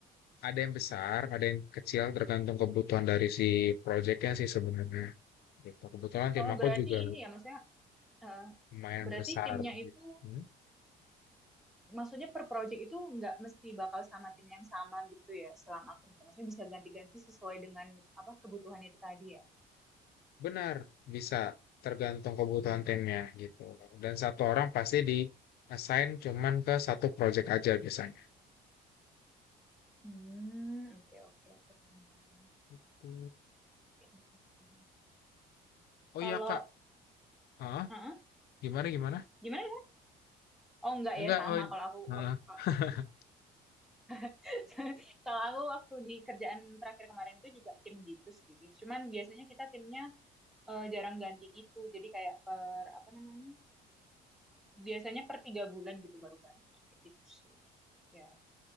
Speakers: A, on the left; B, in the centre.
A: ada yang besar ada yang kecil tergantung kebutuhan dari si projectnya sih sebenarnya Gitu. Kebetulan tim
B: Oh,
A: aku
B: berarti
A: juga
B: ini ya maksudnya eh,
A: lumayan
B: berarti
A: besar
B: timnya itu
A: gitu. Hmm,
B: maksudnya per project itu nggak mesti bakal sama tim yang sama gitu ya selama kerja. Maksudnya bisa ganti-ganti sesuai dengan apa kebutuhan itu tadi ya.
A: Benar, bisa tergantung kebutuhan
B: Hmm,
A: timnya gitu. Dan satu orang pasti di assign cuman ke satu project aja biasanya.
B: Hmm, oke oke oke paham paham.
A: Gitu.
B: Oke oke.
A: Oh
B: Kalau
A: iya Kak, ah
B: Heeh.
A: gimana gimana?
B: gimana? ya? Oh enggak
A: Enggak,
B: ya sama.
A: oh in-
B: Kalau aku
A: ah. Mhm.
B: wak- kalau
A: <laughs>
B: <laughs> kalau aku waktu di kerjaan terakhir kemarin itu juga tim gitu sih. Cuman biasanya kita timnya eh, jarang ganti gitu. Jadi kayak per apa namanya? Biasanya per tiga bulan gitu baru ganti. Kayak gitu sih. Ya